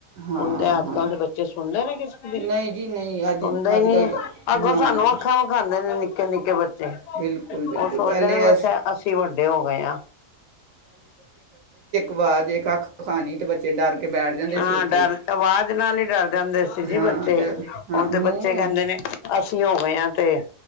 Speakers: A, on the right; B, on the left.
A: ਹਾਂ
B: ਸੁਣਦੇ, ਅੱਜ
A: ਹਾਂ
B: ਕੱਲ ਦੇ ਬੱਚੇ ਸੁਣਦੇ ਨੇ ਕਿਸੇ ਦੀ,
A: ਨਹੀਂ ਜੀ ਨਹੀਂ ਅੱਜ
B: ਸੁਣਦੇ ਹੀ
A: ਅੱਜ
B: ਨੀ
A: ਕੱਲ੍ਹ
B: ਹੈ।
A: ਬ-
B: ਅੱਗੋਂ
A: ਨਾ
B: ਸਾਨੂੰ
A: ਨਾ
B: ਅੱਖਾਂ ਵਿਖਾਉਂਦੇ ਨੇ ਨਿੱਕੇ ਨਿੱਕੇ ਬੱਚੇ,
A: ਬਿਲਕੁਲ ਬਿਲਕੁਲ
B: ਉਹ ਸੋਚਦੇ
A: ਪਹਿਲੇ
B: ਨੇ ਬਸ
A: ਅਸੀਂ
B: ਅ ਅਸੀ ਵੱਡੇ ਹੋ ਗਏ ਹਾਂ।
A: ਵਾਜ ਇਕ ਅੱਖ ਦਿਖਾਣੀ ਤੇ ਬੱਚੇ ਡਰ ਕੇ ਬੈਠ ਜਾਂਦੇ
B: ਹਾਂ
A: ਸੀ। ਉੱਥੇ
B: ਡਰ
A: ਹੀ
B: ਆਵਾਜ਼ ਨਾਲ ਹੀ ਡਰ ਜਾਂਦੇ ਸੀ ਜੀ
A: ਹਾਂ
B: ਬੱਚੇ,
A: ਤੇ ਹਾਂ
B: ਹੁਣ
A: ਹੂੰ
B: ਤੇ ਬੱਚੇ ਕਹਿੰਦੇ ਨੇ ਅਸੀਂ ਹੋ ਗਏ ਹਾਂ। ਤੇ